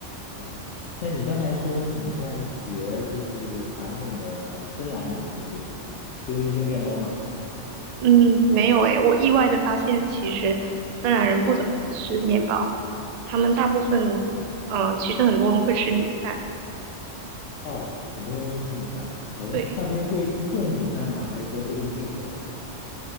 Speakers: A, on the left; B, on the right.
A: 嗯，那你刚才说你在学就是传统的芬兰美食，对吧？就是一些面包嘛。
B: 嗯，没有诶，我意外的发现，其实芬兰人不怎么吃面包，他们大部分，嗯、其实很多人会吃米饭。
A: 哦，很多人会吃米饭。嗯，
B: 对，
A: 那边会种米饭吗？还是说都是进口的？